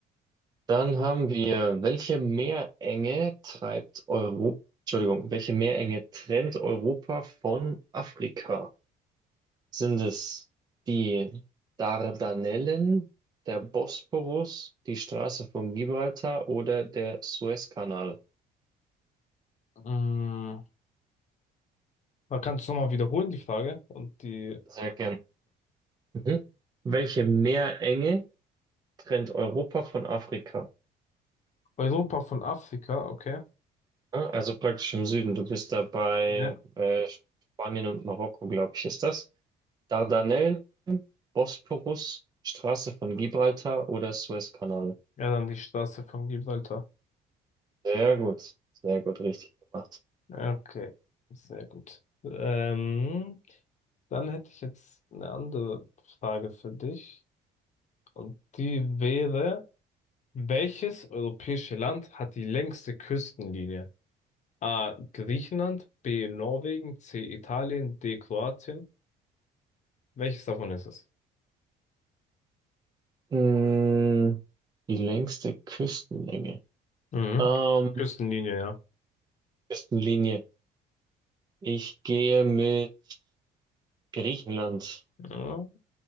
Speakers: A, on the right; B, on the left.
A: Dann haben wir, welche Meerenge treibt Europa, Entschuldigung, welche Meerenge trennt Europa von Afrika? Sind es die Dardanellen, der Bosporus, die Straße von Gibraltar oder der Suezkanal?
B: Mm, Da kannst du nochmal wiederholen, die Frage. Und die
A: Sehr gern. Mhm. Welche Meerenge trennt Europa von Afrika?
B: Europa von Afrika, okay.
A: Ja, Also praktisch im Süden. Du bist dabei
B: Ja.
A: äh, Spanien und Marokko, glaube ich, ist das? Dardanellen, Bosporus, Straße von Gibraltar oder Suezkanal?
B: Ja, dann die Straße von Gibraltar.
A: Sehr gut, sehr gut, richtig gemacht.
B: Okay, sehr gut. Ähm, dann hätte ich jetzt eine andere Frage für dich. Und die wäre, Welches europäische Land hat die längste Küstenlinie? A. Griechenland, B. Norwegen, C. Italien, D. Kroatien. Welches davon ist es?
A: Mm, die längste Küstenlänge.
B: Mhm.
A: Ähm,
B: Küstenlinie, ja.
A: Küstenlinie. Ich gehe mit Griechenland,
B: Ja.